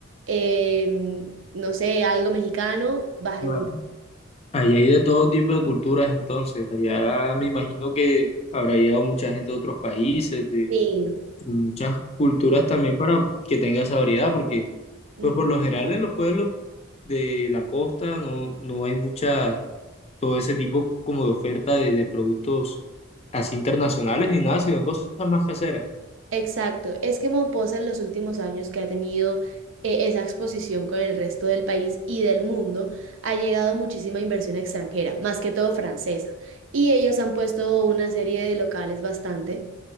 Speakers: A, on the right (about 75°); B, on the left (about 30°).
A: em, no sé, algo mexicano, vas
B: Ah,
A: a encontrar.
B: Allá hay de todo tipo de culturas entonces. Allá me imagino que habrá llegado mucha gente de otros países, de,
A: Sí,
B: de muchas culturas también para que tenga esa variedad, porque
A: sí.
B: pues por lo general en los pueblos de la costa, no, no hay mucha, todo ese tipo como de oferta de, de productos así internacionales ni nada, sino cosas más caseras.
A: Exacto, es que Mompasa en los últimos años que ha tenido eh, esa exposición con el resto del país y del mundo, ha llegado muchísima inversión extranjera, más que todo francesa, y ellos han puesto una serie de locales bastante